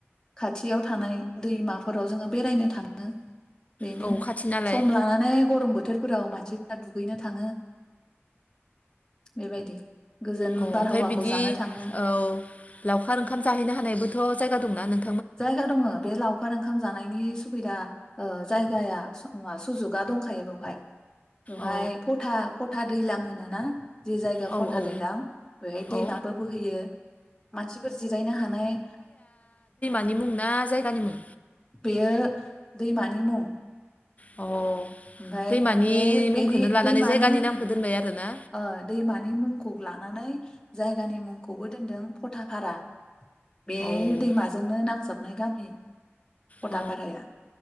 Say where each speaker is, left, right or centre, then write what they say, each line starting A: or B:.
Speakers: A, on the left; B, on the left.
A: खाथियाव थानाय दैमाफोराव जोङो बेरायनो थाङो बेनो
B: औ खाथि नालाय
A: सम लानानै गरम बोथोरफोराव मानसि दा दुगैनो थाङो बेबायदि गोजोन
B: औ
A: बारहावाखौ
B: ओमफ्राय बिदि
A: जानो थाङो
B: औ लावखार ओंखाम जाहैनो हानायबोथ जायगा दंना नों
A: जायगा दङो बे लावखार ओंखाम जानायनि सुबिदा ओ जायगाया सुजुगा दंखायो बेवहाय बेवहाय
B: औ
A: फथा फथा दैलां होनो नोना जे जायगा
B: औ
A: फथा
B: औ
A: दैलां बेवहाय
B: औ
A: दैमाबो बोहैयो मानसिफोर जिरायनो हानाय
B: नि मुं ना जायगानि मुं
A: बेयो दैमानि मुं
B: अ
A: ओमफाय
B: दैमानि
A: बे
B: मुंखौनो
A: बेनि
B: लानानै
A: दैमानि
B: जायगानि नामखौ दोनबाय आरोना
A: ओ दैमानि मुंखौ लानानै जायगानि मुंखौबो दोनदों फथाफारा बे
B: औ
A: दैमाजोंनो नांजाबनाय गामि नि फटाफाराया
B: औ